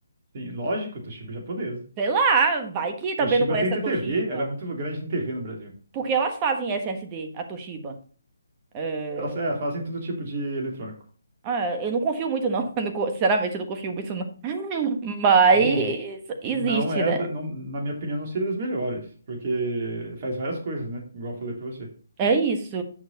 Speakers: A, on the right; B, on the right.
A: Sim, lógico, Toshiba é japonesa.
B: Sei lá, vai que também
A: Toshiba
B: não conhece
A: tem TTV,
B: a Toshiba.
A: era muito grande em TV no Brasil.
B: Porque elas fazem SSD, a Toshiba. É,
A: Elas é, fazem todo tipo de eletrônico.
B: ah, eu não confio muito, não. <laughs> Eu não co- Sinceramente, eu não confio muito, não. <laughs> Mas
A: Bom,
B: existe,
A: Não é,
B: né?
A: da- não- na minha opinião, não seria das melhores, porque faz várias coisas, né? Igual eu falei pra você.
B: É isso.